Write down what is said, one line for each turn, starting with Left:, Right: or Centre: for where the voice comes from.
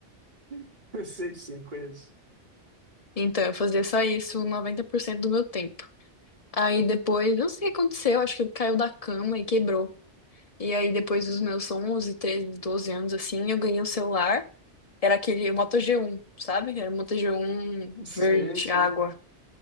Right: <laughs> Sei, sim, conheço.
Left: Então, eu fazia só isso 90% do meu tempo. Aí depois, não sei o que aconteceu, acho que ele caiu da cama e quebrou. E aí depois dos meus 11, 13 12 anos, assim, eu ganhei um celular. Era aquele Moto g um sabe? Era um Moto g um
Right: Sei,
Left: verde,
Right: sei.
Left: água.